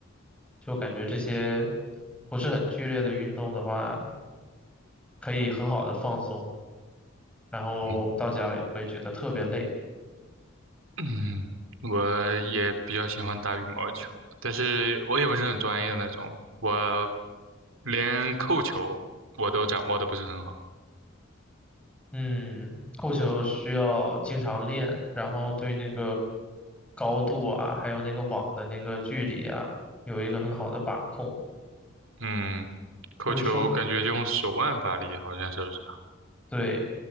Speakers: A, in the centre; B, on the right.
A: 就感觉这些不是很剧烈的运动的话，可以很好的放松，然后到家了也不会觉得特别累。
B: 嗯。嗯，我也比较喜欢打羽毛球，但是我也不是很专业的那种，我连扣球我都掌握的不是很好。
A: 嗯，扣球需要经常练，然后对那个高度啊，还有那个网的那个距离啊，有一个很好的把控。
B: 嗯，扣球感觉用手腕发力，
A: 就是说，
B: 好像是不是啊？
A: 对。